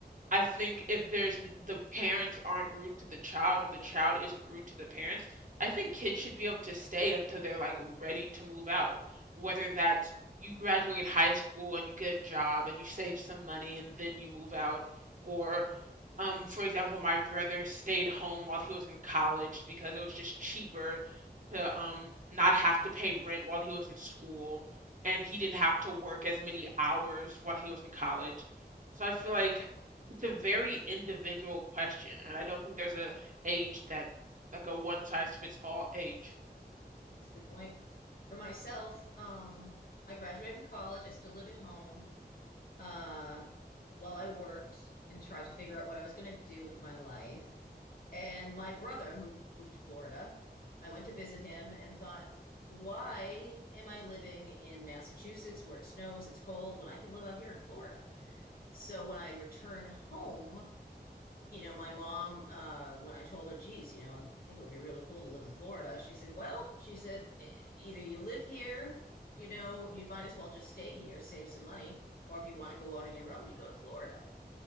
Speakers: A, on the right (about 50°); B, on the left (about 60°).
A: I think if there's n- the parents aren't rude to the child and the child isn't rude to the parents, I think kids should be able to stay until they're like ready to move out. Whether that's you graduate high school and you get a job and you save some money and then you move out, or um, for example, my brother stayed home while he was in college because it was just cheaper to um not have to pay rent while he was in school, and he didn't have to work as many hours while he was in college. So I feel like it's a very individual question, and I don't think there's a age that like a one size fits all age.
B: That's a good point. For myself, um, I graduated from college. I still lived at home uh, while I worked and tried to figure out what I was going to do with my life. And my brother moved, moved to Florida. I went to visit him and thought, why am I living in Massachusetts where it snows, it's cold, when I can live out here in Florida? So when I returned home, you know, my mom, uh, when I told her, geez, you know, I'm, I think it would be really cool to live in Florida, she said, well, she said, "e- either you live here, you know, you might as well just stay here, save some money, or if you want to go out on your own, you go to Florida,